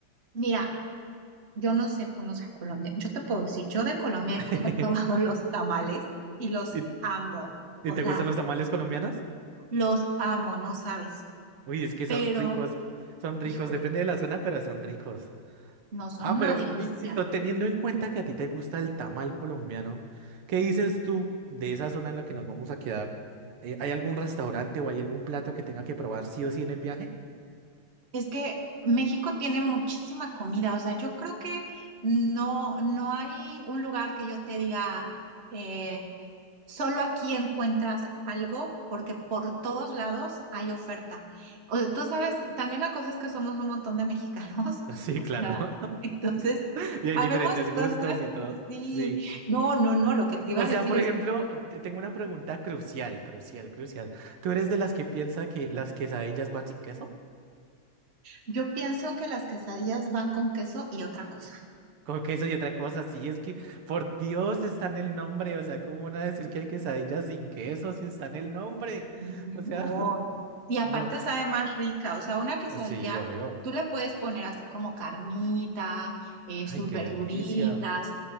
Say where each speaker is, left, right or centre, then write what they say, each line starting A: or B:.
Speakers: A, on the right; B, on the right.
A: Mira, Yo no sé cómo sea Colombia. Yo te puedo decir, yo de Colombia he,
B: <laughs>
A: cu- he probado <laughs> los tamales y los
B: ¿Y,
A: amo. O
B: y te
A: sea,
B: gustan los tamales colombianos?
A: los amo, no sabes.
B: Uy, es que
A: Pero,
B: son ricos, son ricos,
A: híjole,
B: depende de la zona, pero son ricos.
A: no son
B: Ah,
A: una
B: pero
A: delicia.
B: li- listo, teniendo en cuenta que a ti te gusta el tamal colombiano, ¿qué dices tú de esa zona en la que nos vamos a quedar? Eh, ¿hay algún restaurante o hay algún plato que tenga que probar sí o sí en el viaje?
A: Es que México tiene muchísima comida. O sea, yo creo que no, no hay un lugar que yo te diga, eh, Solo aquí encuentras algo porque por todos lados hay oferta. O sea, tú sabes, también la cosa es que somos un montón de mexicanos, <laughs>
B: <laughs> Sí,
A: o
B: claro.
A: sea,
B: <laughs>
A: entonces,
B: Y hay
A: habemos
B: diferentes gustos
A: tanta,
B: y
A: <laughs>
B: todo.
A: sí,
B: Sí.
A: no, no, no, lo que te iba
B: O
A: a decir
B: sea, por
A: es,
B: ejemplo, te- tengo una pregunta crucial, crucial, crucial. ¿Tú eres de las que piensa que las quesadillas van sin queso?
A: yo pienso que las quesadillas van con queso y otra cosa.
B: Con queso y otra cosa, sí, es que por Dios está en el nombre, o sea, ¿cómo van a decir que hay quesadillas sin queso si está en el nombre?
A: Mm,
B: O
A: No,
B: sea...
A: no. Y aparte
B: No,
A: sabe más rica, o sea, una quesadilla,
B: sí, obvio.
A: tú le puedes poner así como carnita, eh,
B: Ay,
A: sus
B: qué
A: verduritas,
B: delicia.